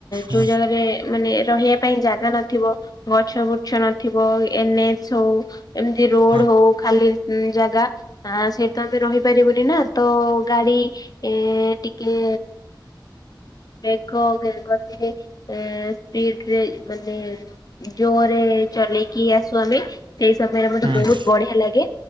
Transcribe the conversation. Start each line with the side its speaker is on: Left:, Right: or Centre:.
Right: ହଁ
Left: ଯୋଉ ଜାଗାରେ ମାନେ ରହିବା ପାଇଁ ଜାଗା ନ ଥିବ ଗଛ ଗୁଛ ନଥିବ ଏନ ଏଚ ହୋଉ ଏମିତି ରୋଡ
Right: ହଁ
Left: ହୋଉ। ଜାଗା ଆ ସେଇ ତ ଆମେ ରହିପାରିବୁନି ନା ତ ଗାଡି ଏ ଟିକେ ବେଘ ଗତିରେ ଏ ସ୍ପିଡ଼ରେ ମାନେ ଉଁ ଜୋରରେ ଚଲେଇକି ଆସୁ, ଆମେ ସେହି ସମୟରେ ମୋତେ
Right: ହଁ
Left: ବହୁତ ବଢିଆ ଲାଗେ। ଲାଗେ